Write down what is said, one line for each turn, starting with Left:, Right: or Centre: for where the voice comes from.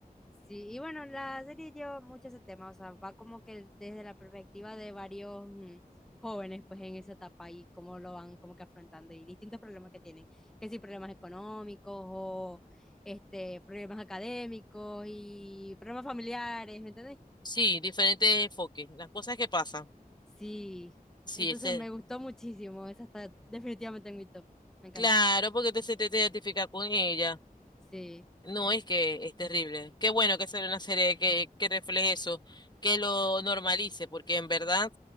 Centre: Sí, y bueno, la serie lleva mucho ese tema, o sea, va como que desde la perspectiva de varios mm, jóvenes, pues en esa etapa y cómo lo van como que afrontando y distintos problemas que tienen, que si problemas económicos o este, problemas académicos y problemas familiares, ¿me entendés?
Left: Sí, diferentes enfoques. Las cosas que pasan.
Centre: Sí,
Left: Sí,
Centre: entonces
Left: ese.
Centre: me gustó muchísimo, esa está definitivamente en mi top, me encanta,
Left: Claro, porque te, se te, te identifica con ella.
Centre: sí.
Left: No, es que es terrible. Qué bueno que sea una serie que, que refleje eso, que lo normalice, porque en verdad